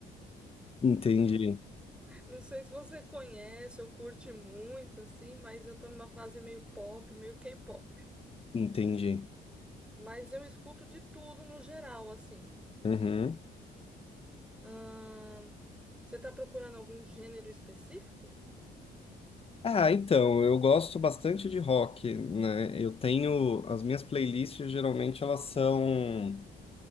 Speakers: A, on the left; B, in the centre.
A: entendi,
B: Não sei se você conhece ou curte muito, assim, mas eu tô numa fase meio pop, meio K-pop.
A: entendi.
B: Mas eu escuto de tudo no geral, assim.
A: Uhum.
B: Ahn, você tá procurando algum gênero específico?
A: Ah, então, eu gosto bastante de rock, né? Eu tenho, as minhas playlists geralmente elas são